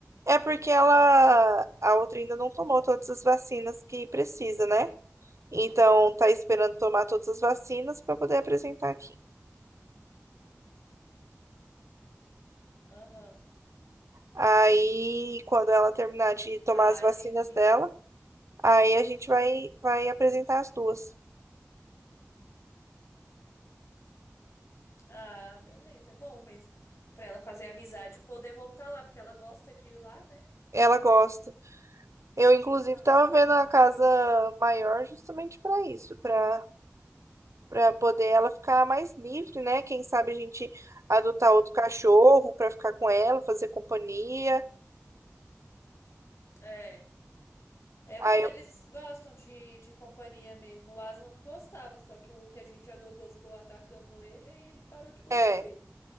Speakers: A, on the right; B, on the left.
A: É porque ela, a outra ainda não tomou todas as vacinas que precisa, né? Então tá esperando tomar todas as vacinas pra poder apresentar aqui.
B: Aham.
A: Aí, quando ela terminar de tomar
B: Ah,
A: as vacinas
B: entendi.
A: dela, aí a gente vai vai apresentar as duas.
B: Ah, beleza, é bom mesmo. Pra ela fazer amizade e poder voltar lá, porque ela gosta de ir lá, né?
A: Ela gosta. Eu,
B: Então,
A: inclusive,
B: quintalzão.
A: tava vendo a casa maior justamente para isso, para para poder ela ficar mais livre, né? Quem sabe a gente adotar outro
B: Uhum.
A: cachorro para ficar com ela, fazer companhia.
B: É. É
A: Aí
B: bom, eles
A: eu,
B: gostam de, de companhia mesmo. O Aslan gostava, só que o que a gente adotou ficou atacando ele, aí ele parou de gostar
A: é,
B: dele.